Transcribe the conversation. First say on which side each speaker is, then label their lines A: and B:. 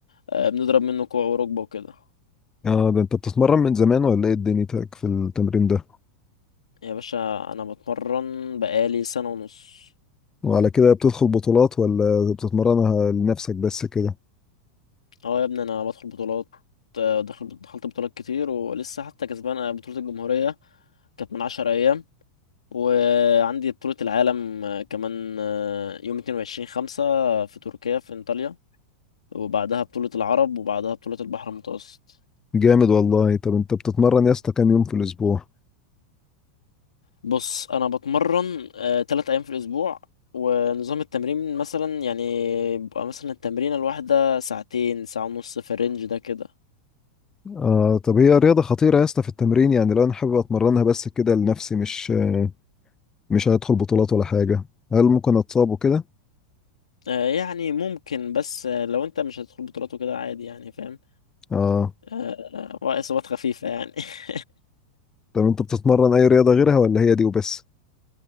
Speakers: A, on the left; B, on the left.
A: آه بنضرب منه كوع وركبه وكده
B: اه ده انت بتتمرن من زمان ولا ايه دنيتك في التمرين ده
A: يا باشا انا بتمرن بقالي سنه ونص
B: وعلى كده بتدخل بطولات ولا بتتمرنها لنفسك بس كده
A: اه يا ابني انا بدخل بطولات آه، دخل دخلت بطولات كتير ولسه حتى كسبان آه، بطولة الجمهورية كانت من عشر ايام وعندي بطولة العالم آه، كمان آه، يوم 22 خمسة في تركيا في انطاليا وبعدها بطولة العرب وبعدها بطولة البحر المتوسط
B: جامد والله طب انت بتتمرن يا اسطى كام يوم في الاسبوع
A: بص انا بتمرن آه، تلات ايام في الاسبوع ونظام التمرين مثلا يعني بيبقى مثلا التمرينة الواحدة ساعتين ساعة ونص في الرينج ده كده
B: آه طب هي رياضة خطيرة يا اسطى في التمرين يعني لو انا حابب اتمرنها بس كده لنفسي مش آه، مش هدخل بطولات ولا حاجة هل ممكن اتصاب وكده
A: آه، يعني ممكن بس آه، لو انت مش هتدخل بطولات وكده عادي يعني فاهم
B: اه
A: آه، وإصابات خفيفة يعني <laughs>
B: طب انت بتتمرن اي رياضة غيرها ولا هي دي وبس